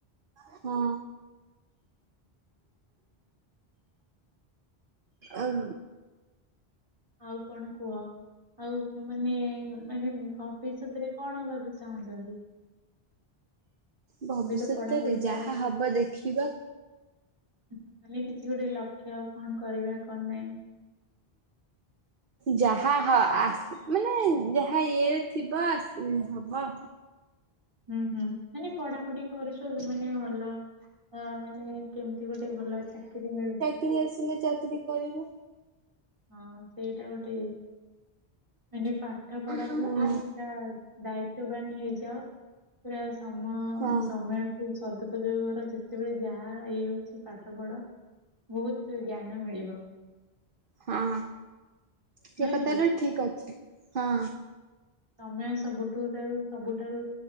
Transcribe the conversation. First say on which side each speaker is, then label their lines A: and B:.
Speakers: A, on the right (about 55°); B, on the right (about 30°).
A: ହଁ। ଆଉ
B: ଆଉ କଣ କୁହ। ଆଉ ମାନେ ମାନେ ଭବିଷ୍ୟତରେ କଣ ହବାକୁ ଚାହୁଁଛନ୍ତି? <inaudible>
A: ଭବିଷ୍ୟତରେ
B: ଏବେ ତ ପଢାପଢି ଚାଲିଛି
A: ଯାହା ହବ ଦେଖିବା।
B: ତାଲେ କିଛି ଗୋଟେ ଲକ୍ଷ୍ୟ କଣ କରିବା କଣ ନାଇଁ? <inaudible>
A: ଯାହା ହ ଆ ମାନେ ଯାହା ଇଏରେ ଥିବ ଆସ୍ ହବ।
B: ହୁଁ ହୁଁ ମାନେ ପଢ଼ାପଢ଼ି କରୁଚ ମାନେ ଭଲ। ହଁ ମାନେ କେମିତି ଗୋଟେ ଭଲ ଚାକିରି ମିଳୁ।
A: କିରି ଆସିଲେ ଚାକିରି କରିବୁ।
B: ହଁ ସେଇଟା ଗୋଟେ ଇଏ ମାନେ ପାଠ ପଢ଼ା
A: ହୁଁ
B: ପ୍ରତି ରା ଦାୟିତ୍ୱବାନ ହେଇଯାଅ ପୁରା ସମ
A: ହଁ
B: ସମୟ କୁ ସଦୁପଯୋଗ କର ଯେତେବେଳେ ଯାହା ଇଏ ହୋଉଚି ପାଠ ପଢ଼। ବୋହୁତ ଜ୍ଞାନ ମିଳିବ।
A: ହଁ ସେ
B: ନୁହେଁ
A: କଥା
B: କି?
A: ତ ଠିକ ଅଛି ହଁ।
B: ସମୟ ସବୁଠୁ ଠାରୁ ସବୁଠାରୁ